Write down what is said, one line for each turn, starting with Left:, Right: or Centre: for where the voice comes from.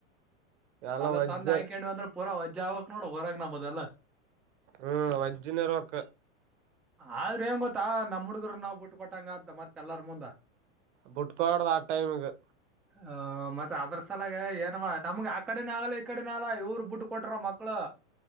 Right: ಎಲ್ಲ
Centre: ಅಲ್ಲ
Right: ವಜ್ಜ
Centre: ತಂದೆ ಆಯ್ಕೊಂಡಿವ ಅಂದ್ರೆ ಪೂರಾ ವಜ್ಜಾ ಆಾಗಕ್ ನೋಡ ಹೊರಾಗ ನಂಬದಲ್ಲ
Right: ಹ್ಮ್ ವೈಜಜ್ಯನೇರ ಒಕ್ಕ
Centre: ಆದ್ರ ಹೆಂಗ ಗೊತ್ತಾ ನಮ್ಮ ಹುಡ್ಗರು ನಾವ್ ಬಿಟ್ಟ ಕೊಟ್ಟಂಗ ಅಂತ ಮತ್ತ ಎಲ್ಲಾರ ಮುಂದ
Right: ಬುಟ್ಕಳದ ಆ ಟೈಮಗೆ
Centre: ಹ ಮತ್ತೆ ಅದ್ರ ಸಲಾಗ ಏನ್ ನಮ್ಗೆ ಆ ಕಡೆನ ಆಗಲ್ಲ ಈ ಕಡೆನಾಗಲ್ಲ ಇವ್ರು ಬಿಟ್ಟ ಕೊಟರ ಮಕ್ಕಳು